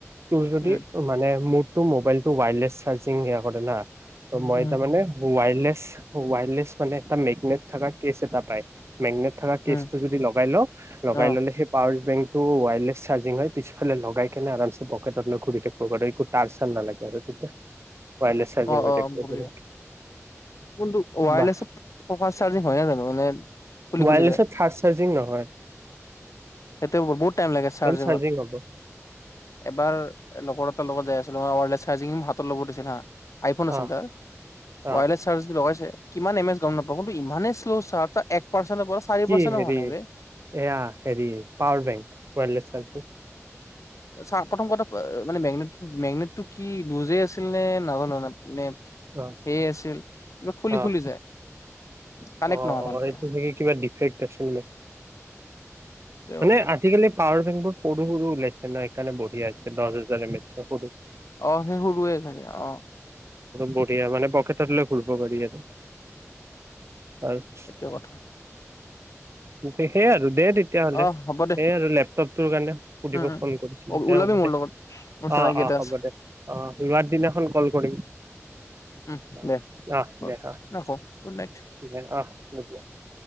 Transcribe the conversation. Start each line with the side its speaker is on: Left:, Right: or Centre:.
Right: তোৰ যদি
Left: উম
Right: মানে ম টো মোবাইল টো ৱাইাৰলেছ চাৰ্জিং সেইয়া কৰে। মইতা
Left: উম
Right: মানে ওৱায়ৰলেছ ৱায়লেছ মে এটা মেঘনেত থকা কেছ এটা পায় মেগনেট থকা কেচটো
Left: উম
Right: যদি লগাই ল লগাই
Left: অ
Right: ল'লে সেই পাৱাৰ বেংক তো ৱাইলেছ চাৰ্জিং হয় পিছফালে লগাই কেনে আম পকেটতৈ ঘূৰি থাকিবাৰ এক তাৰ চাৰ নালাগে আৰু
Left: অ'
Right: ৱায়াৰলেছ চাৰ্জিং হৈ থাকিব পাৰে
Left: অ'। <unintelligible>
Right: বা
Left: মানে খুলি
Right: ৱাইাৰলেছৰ
Left: খুলি যায়
Right: ফাৰ্ষ্ট চাৰ্জিং ন? হয়
Left: সেইটো বহুত টাইম লাগ চাৰ্জিঙত
Right: চাৰ্জিং হ'ব
Left: এবাৰ লগৰ এটাৰ লগত যাই আছিলো <unintelligible> চাৰ্জিং ভাল তলবু দিছে না আইফোন আছে
Right: অ
Left: তাৰ
Right: অ
Left: ৱাইৰলেছ চাৰ্জ যদি লগাইছে কিমান এম এছ গম নাপাওঁ কিন্তু ইমানেই শ্ল' চাৰ্ <unintelligible> <unintelligible> চাৰি
Right: কি
Left: পেৰ্চেণ্টো
Right: হেৰি
Left: হোৱা নাই বে
Right: এয়া পাৱাৰ বেংক <unintelligible> লেছ চাৰকে
Left: চাওঁক প্ৰথম কথা মানে মেগনেট মেগনেটো কি লুজে আছিল নে নাজানো <unintelligible> মানে
Right: অ
Left: সেইয় আছিল কিবা খুলি
Right: অ
Left: খুলি যায় কানেক্ট
Right: অ
Left: নহয়
Right: অ
Left: ভালকে।
Right: সেইটো চাগে কিবা ডিফেক্ট আছিল নে
Left: সেইটোৱে
Right: মানে
Left: কথা
Right: আজিকালি পাৱাৰ সৰু সৰু ওলাইছে ন একানে বঢ়িয়া আছে দহ হেজাৰ এ মে চ
Left: অ সেই সৰুৱে থাকে অ
Right: বঢ়িয়া মানে পকেটত লৈ ঘূৰিব পাৰি আৰু আৰু আচ্ছা।
Left: সেইটোৱে কথা
Right: উ। সেইয় আৰু দে তেতিয়াহ'লে
Left: অ হ'ব দে
Right: এই আৰু লেপটপটোৰ কাৰণে সুধিব
Left: উম
Right: ফোন কৰিছিলো
Left: উম
Right: দে
Left: ওলাবি
Right: হ'ব
Left: মোৰ
Right: দে
Left: লগত মোৰ চিনাকি
Right: আহ আহ
Left: এটা
Right: হ'ব
Left: আছে
Right: দে আহ ৰোৱাৰ দিনাখন কল কৰিম দে
Left: উম দে
Right: আহ আহ
Left: বাৰু
Right: দে আহ
Left: ৰাখো গুড নাইট
Right: দে আহ গুডবাই।